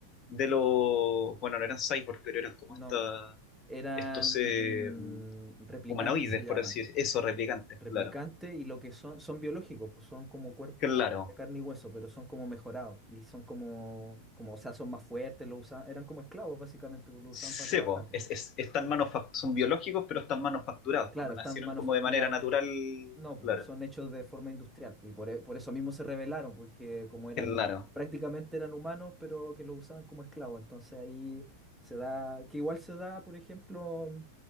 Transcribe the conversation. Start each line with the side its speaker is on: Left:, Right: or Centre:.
Left: de los, bueno, no eran cyborgs, pero eran como
Centre: No,
Left: esta,
Centre: eran
Left: estos eh,
Centre: replicantes
Left: humanoides,
Centre: se llaman.
Left: por así decirlo, eso, replicantes,
Centre: Replicantes
Left: claro.
Centre: y lo que son, son biológicos, pues son como cuerpos
Left: Claro.
Centre: de carne y hueso, pero son como mejorados y son como, como, o sea, son más fuertes, lo usan, eran como esclavos básicamente, pues, lo
Left: Sí,
Centre: usaban para trabajar.
Left: po,
Centre: pues.
Left: es, es- están manufac- son biológicos, pero están manufacturados,
Centre: Claro,
Left: porque
Centre: están
Left: nacieron
Centre: manufacturados,
Left: como de manera natural.
Centre: No, pues,
Left: Claro,
Centre: son hechos de forma industrial y por, e- por eso mismo se rebelaron, porque como eran,
Left: claro,
Centre: prácticamente eran humanos, pero que los usaban como esclavos. Entonces ahí se da, que igual se da, por ejemplo, mm,